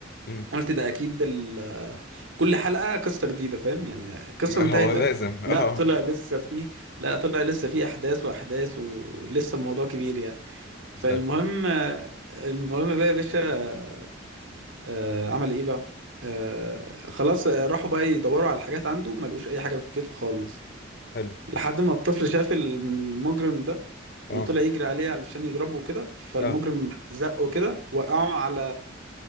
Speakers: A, on the left; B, on the right.
A: مم.
B: قلت ده اكيد ال... كل حلقه قصه جديده فاهم يعني القصه
A: ما
B: انتهت
A: هو لازم
B: أهي.
A: <laughs> اه
B: لا طلع لسه في لا طلع لسه في احداث واحداث ولسه الموضوع كبير يعني فالمهم
A: يا ساتر
B: المهم بقى يا باشا آه، عمل ايه بقى آه، خلاص آه، راحوا بقى يدوروا على الحاجات عنده ما لقوش اي حاجه في بيته خالص
A: حلو
B: لحد ما الطفل شاف المجرم ده
A: اه
B: وطلع يجري عليه علشان يضربه كده فالمجرم
A: اه
B: زقه كده وقعه على